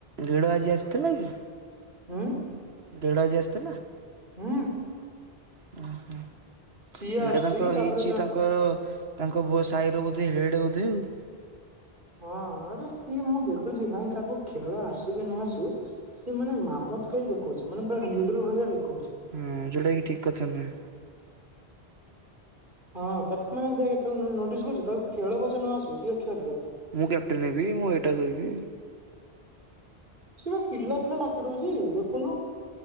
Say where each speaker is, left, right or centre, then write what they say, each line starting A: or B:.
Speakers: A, on the right; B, on the right.
A: ଗେଡ଼ ଆଜି ଆସିଥିଲା କି?
B: ଉଁ?
A: ଗେଢ ଆଜି ଆସିଥିଲା?
B: ହୁଁ।
A: ଓହୋ
B: ସିଏ
A: ଗଟା
B: ଆସୁଛି
A: ତାଙ୍କ
B: ତାପରେ
A: ହେଇଛି
B: ଜ
A: ତାଙ୍କ ତାଙ୍କର ତାଙ୍କୋ ସାହିର ବୋଧେ ହେଡ୍ ବୋଧେ ଆଉ?
B: ହଁ ଆରେ ସିଏ ମୁଁ ଦେଖୁଛି ଭାଇ ତାକୁ ଖେଳ ଆସୁ କି ନ ଆସୁ ସି ମାନେ ମାମତକାର ଦେଖଉଛି ମାନେ ପୁରା ଲିଡର ଭଳିଆ ଦେଖଉଛି।
A: ହଁଉଁ ଜୋଟାକି ଠିକ୍ କଥା ନୁହେଁ।
B: ହଁ ତାକୁ ମାନେ ଦେ ତାକୁ ନୋଟିସ କରୁଛୁ ତାକୁ ଖେଳ ପଛ ନ ଆସୁ ଦିଅ ଖେଳର
A: ମୁଁ କ୍ୟାପଟେନ୍ ହେବି ମୁଁ ଏଇଟା କହିବି।
B: ସ ପିଲା ପିଲା ଡାକି ଦଉଛି ଦେଖୁନୁ।